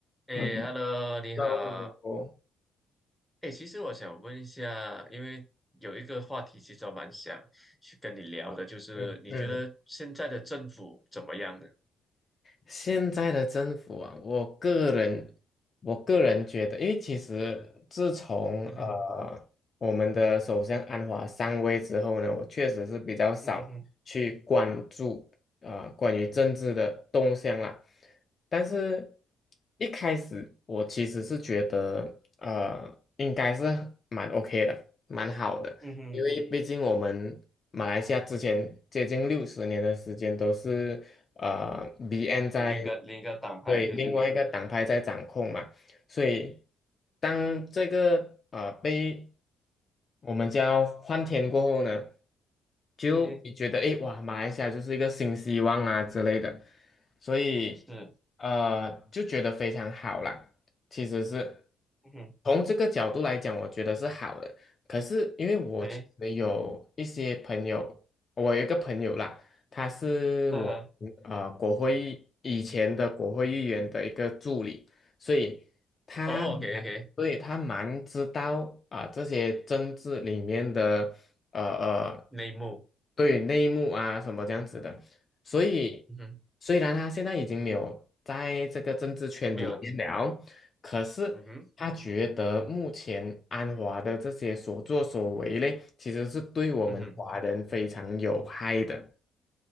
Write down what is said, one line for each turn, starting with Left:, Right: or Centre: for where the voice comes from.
Centre: 诶
Left: 那嗯
Centre: h e l l o 你好。
Left: 那我
Centre: 诶，其实我想问一下，因为有一个话题其实我蛮想去跟你聊的，就是你觉得现在的政府怎么样呢？
Left: 嗯嗯，现在的政府啊，我个人我个人觉得，因为其实自从呃我们的首相安华上位之后呢，
Centre: 嗯哼，
Left: 我确实是比较少去关注啊、
Centre: 嗯哼，嗯哼，
Left: 呃关于政治的动向啦。但是一开始我其实是觉得呃应该是蛮 OK 的，蛮好的。
Centre: 嗯哼，
Left: 因为毕竟我们马来西亚之前接近六十年的时间都是呃 BN 在
Centre: 另一个另一个党派，
Left: 对另外一个党派在掌控嘛，
Centre: 对对对
Left: 所以当这个呃被我们叫换天过后呢，就你觉得诶，
Centre: 对，
Left: 哇，马来西亚就是一个新希望啊之类的，所以呃就觉得非常好啦。
Centre: 是，
Left: 其实是
Centre: 嗯哼，
Left: 从这个角度来讲，我觉得是好的。可是因为我其实有一些朋友，
Centre: 对，
Left: 我有一个朋友啦，他是我们呃国会议以前的国会议员的一个助理，
Centre: 呃，
Left: 所以他。
Centre: 哦，OK，OK，
Left: 所以他蛮知道啊、这些政治里面的呃呃
Centre: 内幕，
Left: 对内幕啊什么这样子的，所以
Centre: 嗯哼，
Left: 虽然他现在已经没有在这个政治圈里面了，
Centre: 没有，
Left: 可是他觉得目前安华的这些所作所为嘞，
Centre: 嗯哼，
Left: 其实是对我们华人非常有害的。
Centre: 嗯哼，